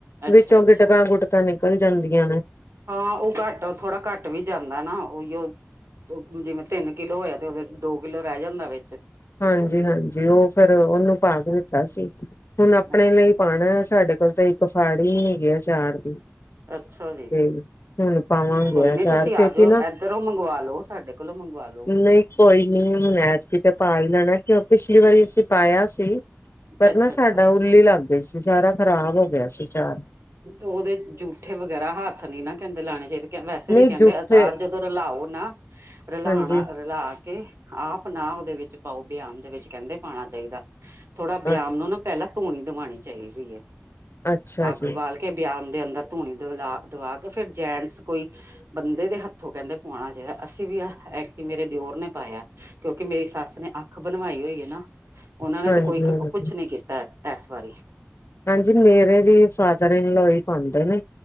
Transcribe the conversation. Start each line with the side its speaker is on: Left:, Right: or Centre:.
Right: ਅੱਛਾ
Left: ਵਿੱਚੋ
Right: ਅੱਛਾ
Left: ਗਿਟਕਾਂ-ਗੁਟਕਾਂ ਨਿਕਲ ਜਾਂਦੀਆਂ ਨੇ।
Right: ਹਾਂ, ਓ ਘੱਟ ਥੋਰਾ ਘੱਟ ਵੀ ਜਾਂਦਾ ਨਾ ਓਈਓ ਓ ਜਿਵੇਂ ਤਿੰਨ ਕਿੱਲੋ ਹੋਇਆਂ ਤੇ ਓ ਦੋ ਕਿੱਲੋ ਰੈ ਜਾਂਦਾ ਵੇ।
Left: ਹਾਂਜੀ-ਹਾਂਜੀ ਓ ਫੇਰ ਓਨੂੰ ਪਾ ਕੇ ਦਿੱਤਾ ਸੀ ਹੁਣ, ਅਪਨੇ
Right: ਅੱਛਾ
Left: ਲਈ
Right: ਜੀ।
Left: ਪਾਣੇ ਸਾਡੇ ਇੱਕ ਫਾੜੀ ਨੀਂ ਹੈਗੀ ਆਚਰ ਦੀ।
Right: ਅੱਛਾ ਜੀ,
Left: ਤੇ ਹੁਨ ਪਾਵਾਂਗੇ
Right: ਕੋਈ
Left: ਆਚਾਰ,
Right: ਨੀ ਤੁਸੀਂ ਆ
Left: ਕਿਉਂਕਿ
Right: ਜਾਓ
Left: ਨਾ
Right: ਇੱਧਰੋਂ ਮੰਗਵਾ ਲਓ ਸਾਡੇ ਕੋਲੋਂ ਮੰਗਵਾ ਲਓ।
Left: ਨਈਂ ਕੋਈ ਨੀ ਹੁਣ ਐਦਕੀ ਤੇ ਪਾਈ ਦਾ ਨਾ, ਕਿਉਂ ਪਿਛਲੀ ਵਾਰੀ ਅਸੀਂ ਪਾਯਾ ਸੀ ਪਰ
Right: ਅੱਛਾ-ਅੱਛਾ।
Left: ਨਾ ਸਾਡਾ ਉੱਲੀ ਲੱਗ ਗਈ ਸੀ, ਸਾਰਾ ਖਰਾਬ ਗਿਆ ਸੀ ਚਾਰ।
Right: ਓਦੇ ਜੂਠੇ ਵਗੈਰਾ ਹੱਥ ਨੀ ਨਾ ਕੈਂਦੇ ਲਾਣੇ ਚਾਈਦੇ ਵੈਸੇ
Left: ਨਹੀਂ
Right: ਵੀ ਕਹਿੰਦੇ
Left: ਜੂਠੇ
Right: ਆ ਚਾਰ ਜਦੋਂ ਰਲਾਓ ਨਾ, ਰਲਾਣਾ
Left: ਹਾਂਜੀ
Right: ਰਲਾ ਕੇ ਆਪ ਨਾ ਓਦੇ ਵਿੱਚ ਪਾਓ ਬਆਮ ਦੇ ਵਿੱਚ ਕੈਂਦੇ ਪਾਂਣਾ ਚਾਈਦਾ ਥੋੜ੍ਹਾ
Left: ਅ
Right: ਬਆਮ ਨੂੰ ਨਾ ਪੈਲਾਂ ਧੂਣੀ ਦਵਾਣੀ ਚਾਈਦੀ ਐ।
Left: ਅੱਛਾ
Right: ਅੱਗ
Left: ਜੀ
Right: ਬਾਲ ਕੇ ਬੇਆਮ ਦੇ ਅੰਦਰ ਧੂਣੀ ਦਲਾ ਦਵਾ ਕੇ ਫੇਰ ਜੈਂਟਸ ਕੋਈ ਬੰਦੇ ਦੇ ਹੱਥੋਂ ਕੈਂਦੇ ਪੂਆਣਾ ਚਾਈਦਾ ਅਸੀਂ ਵੀ ਆਹ ਐਕਤੀ ਮੇਰੇ ਦਿਓਰ ਨੇ ਪਾਯਾ। ਕਿਉਂਕਿ ਮੇਰੀ ਸੱਸ ਨੇ ਅੱਖ ਬਣਵਾਈ ਹੋਈ ਏਨਾ ਓਨਾਂ
Left: ਹਾਂਜੀ-ਹਾਂਜੀ।
Right: ਨੇ ਤਾਂ ਕੋਈ ਕੁਛ
Left: ਹਾਂਜੀ
Right: ਨੀ ਕੀਤੈ। ਐਸ ਵਾਰੀ।
Left: ਹਾਂਜੀ, ਮੇਰੇ ਵੀ ਫਾਦਰ ਇਨ ਲੋ ਈ ਪਾਂਦੇ ਨੇ।